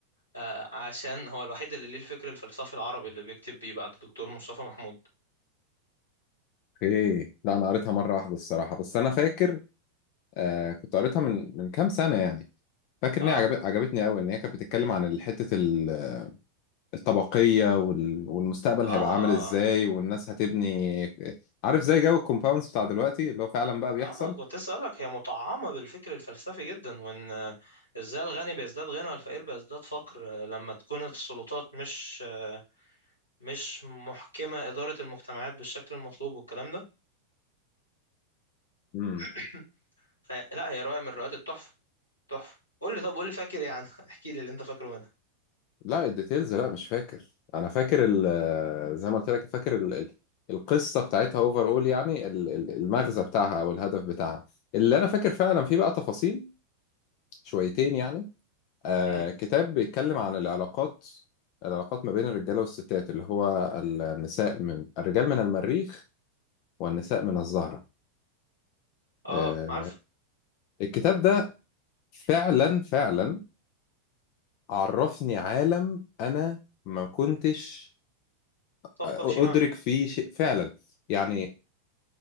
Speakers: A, on the left; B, on the left.
A: آه، عشان هو الوحيد اللي ليه الفكر الفلسفي العربي اللي بيكتب بيه بعد دكتور مصطفى محمود
B: اوكي لا انا قريتها مرة واحدة الصراحة بس انا فاكر آه كنت قريتها من من كام سنة يعني فاكر
A: اه
B: ان هي عجب- عجبتني قوي ان هي كانت بتتكلم عن ال- حتة ال- الطبقية وال- والمستقبل
A: اه
B: هيبقى عامل
A: اه
B: ازاي والناس هتبني آه، عارف زي جو الكومباوندز بتاع دلوقتي اللي هو فعلا بقى بيحصل
A: اه كنت اسالك هي مطعمه بالفكر الفلسفي جدا وان آه، ازاي الغني بيزداد غنى والفقير بيزداد فقر آه، لما تكون السلطات مش آه، مش محكمه اداره المجتمعات بالشكل المطلوب والكلام ده
B: مم.
A: <coughs> فلا هي روايه من روايات التحفه تحفه قول لي طب قول لي فاكر ايه عنها <laughs> احكي لي اللي انت فاكره منها
B: لا الديتيلز لا مش فاكر انا فاكر ال- زي ما قلت لك فاكر ال- ال- القصه بتاعتها اوفر اول يعني ال- ال- المغزى بتاعها او الهدف بتاعها اللي انا فاكر فعلا فيه بقى تفاصيل شويتين يعني آه
A: امم
B: كتاب بيتكلم عن العلاقات العلاقات ما بين الرجاله والستات اللي هو النساء من الرجال من المريخ والنساء من الزهره
A: اه
B: آه
A: عارف
B: الكتاب ده فعلا فعلا عرفني عالم انا ما كنتش
A: طب
B: ادرك
A: قهشي عنه
B: فيه شيء فعلا يعني